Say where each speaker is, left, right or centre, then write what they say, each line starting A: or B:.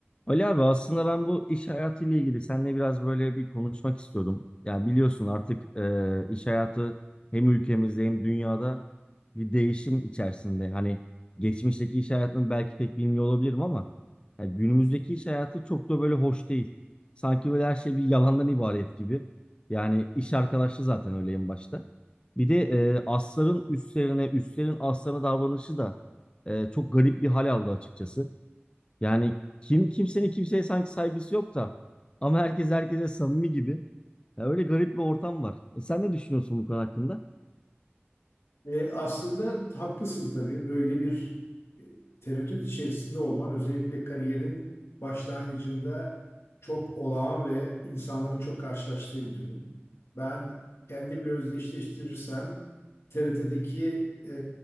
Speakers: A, on the left; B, on the left.
A: Ali abi aslında ben bu iş hayatıyla ilgili seninle biraz böyle bir konuşmak istiyordum. Ya biliyorsun artık e, iş hayatı hem ülkemizde hem dünyada bir değişim içerisinde. Hani geçmişteki iş hayatını belki pek bilmiyor olabilirim ama ya günümüzdeki iş hayatı çok da böyle hoş değil. Sanki böyle her şey bir yalandan ibaret gibi. Yani iş arkadaşı zaten öyle en başta. Bir de e, asların üstlerine, üstlerin aslarına davranışı da e, çok garip bir hal aldı açıkçası. Yani kim kimsenin kimseye sanki saygısı yok da ama herkes herkese samimi gibi. Ya öyle garip bir ortam var. E sen ne düşünüyorsun bu konu hakkında?
B: E, aslında haklısın tabii. Böyle bir e, tereddüt içerisinde olman özellikle kariyerin başlangıcında çok olağan ve insanların çok karşılaştığı bir durum. Ben kendimle özdeşleştirirsem TRT'deki e,